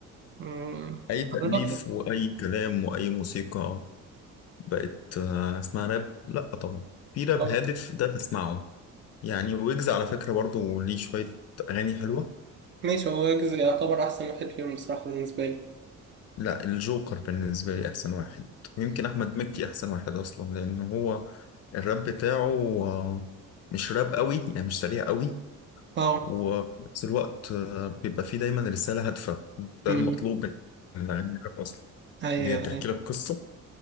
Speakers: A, on the right; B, on the left.
A: مم،
B: اي تأليف
A: على رأيك
B: واي كلام واي موسيقى بقت آه، اسمها راب لا طبعا في راب
A: طب
B: هادف ده تسمعه يعني ويجز على فكرة برضو ليه شوية أغاني حلوة
A: ماشي هو ويجز يعتبر أحسن واحد فيهم بصراحة بالنسبة لي
B: لا الجوكر بالنسبة لي أحسن واحد ويمكن أحمد مكي أحسن واحد أصلا لأن هو الراب بتاعه آه، مش راب قوي يعني مش سريع قوي
A: اه
B: وفي نفس الوقت آه، بيبقى فيه دايما رسالة هادفة ده
A: مم.
B: المطلوب من الأغاني الراب أصلا
A: أيوة
B: اللي هي
A: أيوة
B: بتحكي لك قصة